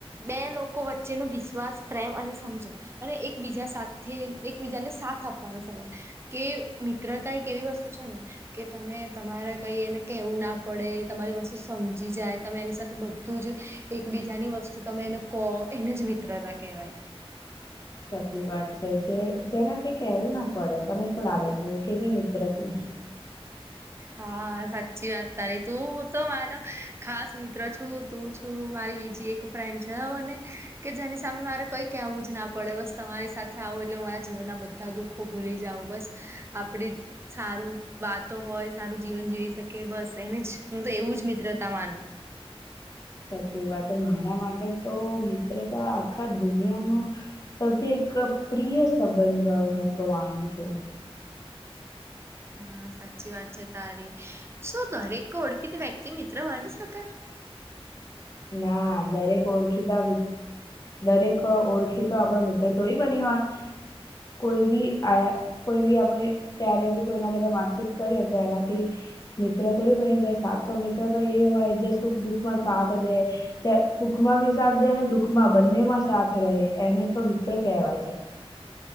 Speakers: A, on the right; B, on the left.
A: બે લોકો વચ્ચે ને વિશ્વાસ પ્રેમ અને સમજણ. અને એકબીજા સાથે એકબીજાને સાથ આપવાનો સબંધ કે મિત્રતા એક એવી વસ્તુ ત છે ન કે તમે તમારે કઈ એને ના પડે તમારી વસ્તુ સમજી જાય તમે એની સાથે બ તું જ એકબીજાની વસ્તુ તમે એને કો એને જ મિત્રતા કહેવાય.
B: સાચી વાત છે જે જેને કઈ કેવું ના પડે તને શું લાગે છે હું કેવી મિત્ર છુ.
A: હા સાચી વાત તારી તું તો મારો ખાસ મિત્રો છું તું છું મારી બીજી એક ફ્રેન્ડ છ મને કે જેની સામે મારે કઈ કેવું જ ના પડે બસ તમારી સાથ આવો એટલે મારા જીવનના બધા દુઃખો ભૂલી જાવ બસ આપણી સારું વાતો હોય સારું જીવન જીવી શકે બસ એને જ હું તો એવું જ મિત્રતા માનું.
B: સાચી વાત મારા માટે તો મિત્રતા આખા દુનિયા નો સૌથી એક પ્રિય સંબંધ હું તો માનું છું.
A: હા સાચી વાત છે તારી શું દરેક ઓળખીતી વ્યક્તિ મિત્ર બની શકે
B: ના દરેક ઓળખીતા દરેક ઓળખીતો આપડો મિત્ર થોડી બની હોય કોઈ બી આયા કોઈ બી આપણે ક્યારે બી કોઈના સાથે વાતચીત કરીએ તો એનાથી મિત્ર થોડી બની જાય સાચો મિત્ર તો એ હોય જે સુખ દુઃખ માં સા <unintelligible> સુખમાં ભી સાથ દે અને દુઃખ માં ભી બંનેમાં સાથ રહે એને તો મિત્રો કહેવાય છે.